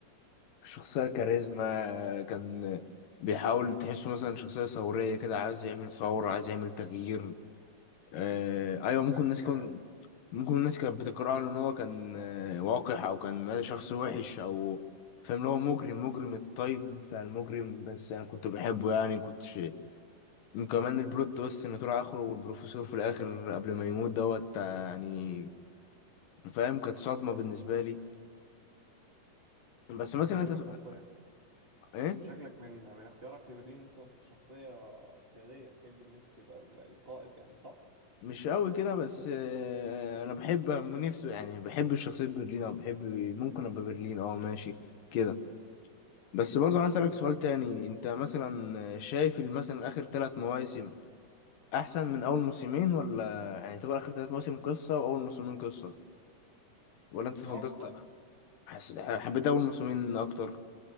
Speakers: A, on the left (about 80°); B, on the right (about 20°).
A: شخصية كاريزما
B: انت
A: كان بيحاول تحسه مثلا شخصية ثورية كده عايز يعمل ثورة عايز يعمل تغيير آه، ايوه
B: شكلك
A: ممكن الناس كون ممكن الناس كانت بتقرأه ان هو كان آه، وقح او كان شخص وحش او فاهم اللي هو مجرم مجرم الطيب بتاع المجرم بس انا كنت بحبه يعني كنت شيء وكمان البلوت تويست ان طلع اخره والبروفيسور في الاخر قبل ما يموت دوت آه، يعني فاهم كانت صدمة بالنسبة لي بس
B: انت
A: مثلا
B: شكلك
A: انت تق-
B: شخصية
A: ايه
B: شكلك من من اختيارك لبرلين ان انت شخصية قيادية تحب ان انت تبقى ال- القائد يعني صح؟
A: مش قوي كده بس آه، انا بحب نفسه يعني بحب الشخصية برلين او بحب ممكن ابقى برلين اه ماشي كده بس برضو عايز
B: طموحها
A: اسالك سؤال تاني انت مثلا شايف ال- مثلا اخر ثلاث مواسم احسن من اول موسمين ولا يعني تبقى اخر ثلاث مواسم قصه واول موسمين قصه ولا انت فضلت
B: اه بالظبط
A: حس... حبيت اول موسمين اكتر